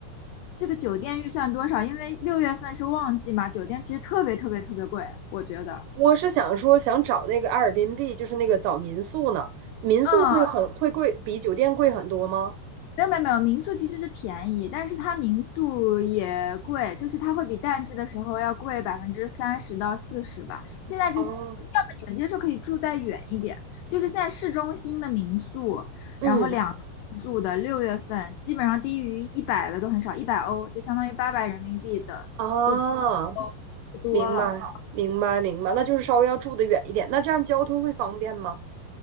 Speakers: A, on the left; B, on the right.
A: 这个酒店预算多少？因为六月份是旺季嘛，酒店其实特别特别特别贵，我觉得。
B: 我是想说，想找那个阿尔 r b 就是那个找民宿呢。民宿会很啊会贵，
A: 嗯，
B: 比酒店贵很多吗？
A: 没有没有没有，民宿其实是便宜，但是它民宿也贵，就是它会比淡季的时候要贵百分之三十到四十吧。现在就要么
B: 哦
A: 你们接受可以住再远一点，就是现在市中心的民宿，
B: 嗯
A: 然后两住的六月份基本上低于一百的都很少，一百欧就相当于八百人民币的都
B: 啊，
A: 都不多了。
B: 明白明白明白，那就是稍微要住的远一点。那这样交通会方便吗？